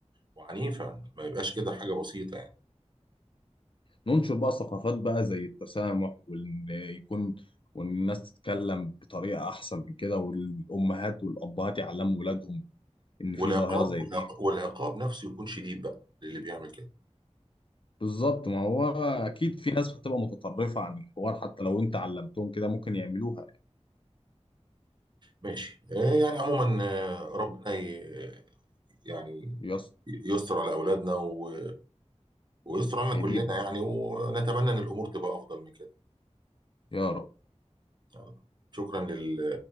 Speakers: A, on the right; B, on the left.
A: وعنيفة ما يبقاش كده حاجة بسيطة يعني
B: ننشر بقى ثقافات بقى زي التسامح وان يكون وان الناس تتكلم بطريقه احسن من كده والامهات والابهات يعلموا ولادهم ان في
A: والعقاب
B: ظاهره زي
A: والعق-
B: دي
A: والعقاب نفسه يكون شديد بقى للي بيعمل كده
B: بالظبط ما هو اكيد في ناس هتبقى متطرفه عن الحوار حتى لو انت علمتهم كده ممكن يعملوها يعني
A: ماشي آه، يعني عموما آه، ربنا ي- يعني
B: يس
A: يستر على أولادنا و ويستر علينا
B: ايديهم
A: كلنا يعني ونتمنى ان الامور تبقى افضل من كده
B: يا رب
A: يلا. شكرا لل...